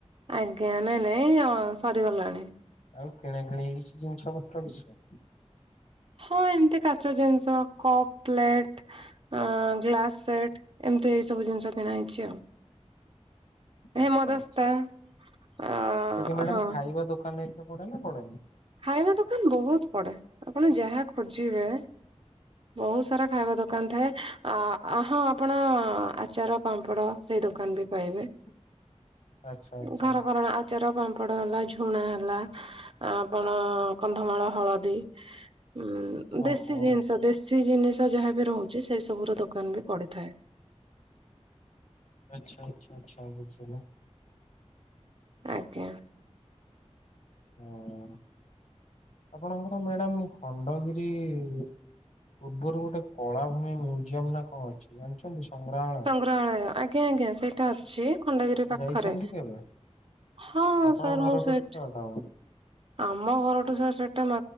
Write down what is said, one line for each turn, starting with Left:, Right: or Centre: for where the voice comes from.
Right: ଆଜ୍ଞା ନାଇଁ ନାଇଁ ଅଁ ସରିଗଲାଣି।
Left: ଆଉ କିଣା କିିଣି ହେଇଛି ଜିନିଷ ପତ୍ର କିଛି?
Right: ହଁ ଏମିତି କାଚ ଜିନିଷ କପ, ପ୍ଲେଟ, ଆଁ ଗ୍ଲାସ ସେଟ ଏମତି ଏଇ ସବୁ ଜିନିଷ କିଣା ହେଇଛି ଆଉ। ହେମଦସ୍ତା
Left: ଆଚ୍ଛା ଆଛା
Right: ଅ
Left: ସେଟା ମ୍ୟାଡ଼ାମ
Right: ହଁ
Left: ଖାଇବା ଦୋକାନ ହେରିକା ପଡେ ନା ପଡେନି?
Right: ଖାଇବା ଦୋକାନ ବହୁତ ପଡେ ଆପଣ ଯାହା ଖୋଜିବେ ବହୁତ ସାରା ଖାଇବା ଦୋକାନ ଥାଏ ଆ ହଁ ଆପଣ ଆଚାର ପାମ୍ପଡ ସେଇ ଦୋକାନ ବି ପାଇବେ।
Left: <inaudible> ଆଚ୍ଛା
Right: ଘର କରଣା ଆଚାର ପାମ୍ପଡ ହେଲା ଝୁଣା ହେଲା ଆ ଆପଣ କନ୍ଧମାଳ ହଳଦୀ ଉ ଦେଶୀ
Left: ଓହୋ।
Right: ଜିନିଷ ଦେଶୀ ଦେଶୀ ଜିନିଷ ଯାହାବି ରହୁଛି ସେଇ ସବୁ ର ଦୋକାନ ବି ପଡିଥାଏ।
Left: ଆଚ୍ଛା ଆଚ୍ଛା ଆଚ୍ଛା <unintelligible>
Right: ଆଜ୍ଞା।
Left: ହଁ ଆପଣଙ୍କର ମ୍ୟାଡ଼ାମ ଖଣ୍ଡଗିରି ପୂର୍ବରୁ ଗୋଟେ କଳାଭୂମି ମ୍ୟୁଜିୟମ ନା କଣ ଅଛି ଜାଣିଛନ୍ତି ସଂଗ୍ରହାଳୟ?
Right: ପ୍ରଳୟ ଆଜ୍ଞା ଆଜ୍ଞା ସେଇଟା ଅଛି। ଖଣ୍ଡଗିରି ପାଖରେ
Left: ଯାଇଛନ୍ତି କେବେ?
Right: ହଁ
Left: ଆପଣଙ୍କ
Right: ସାର୍
Left: ଘରଠୁ
Right: ମୁଁ ସେଠ
Left: କେତେ ବାଟ ହବ?
Right: ଆମ ଘରଠୁ ସାର୍ ସେଟା